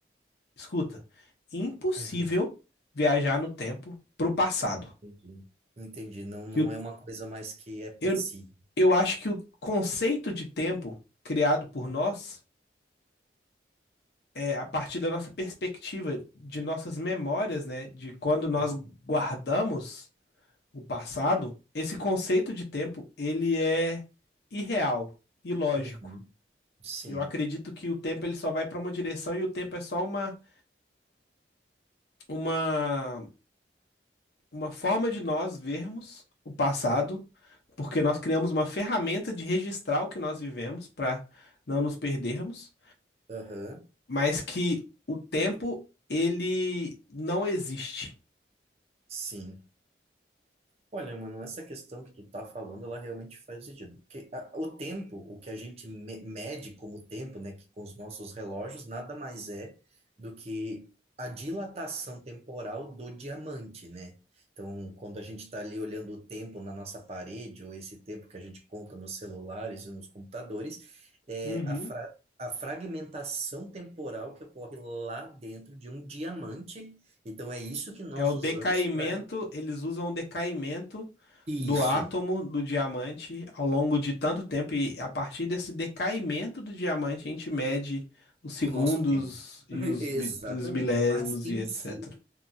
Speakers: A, on the left (about 65°); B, on the right (about 35°).
A: escuta, impossível
B: Uhum,
A: viajar no tempo para o passado.
B: entendi. Entendi. Não,
A: Que
B: não
A: o
B: é uma coisa mais que é
A: Eu,
B: possível.
A: eu acho que o conceito de tempo criado por nós é a partir da nossa perspectiva, de nossas memórias, né? De quando nós
B: Uhum,
A: guardamos o passado, esse conceito de tempo, ele é irreal, ilógico.
B: uhum, sim.
A: Eu acredito que o tempo ele só vai para uma direção e o tempo é só uma, uma, uma forma de nós vermos o passado, porque nós criamos uma ferramenta de registrar o que nós vivemos para não nos perdermos.
B: Aham,
A: mas que o tempo ele não existe.
B: sim. Olha, mano, essa questão que tu tá falando, ela realmente faz sentido. Porque a- o tempo, o que a gente me- mede como tempo, né, que com os nossos relógios, nada mais é do que a dilatação temporal do diamante, né? Então, quando a gente está ali olhando o tempo na nossa parede, ou esse tempo que a gente conta nos celulares e nos computadores, é
A: Uhum.
B: a, fra a fragmentação temporal que ocorre lá dentro de um diamante. Então, é isso que nós
A: É o
B: usamos
A: decaimento,
B: para
A: eles usam o decaimento
B: isso.
A: do átomo do diamante ao longo de tanto tempo, e a partir desse decaimento do diamante a gente mede os segundos
B: o nosso tempo.
A: e
B: <laughs>
A: os,
B: Exatamente.
A: mi- e os milésimos
B: Mas em
A: e etc.
B: si,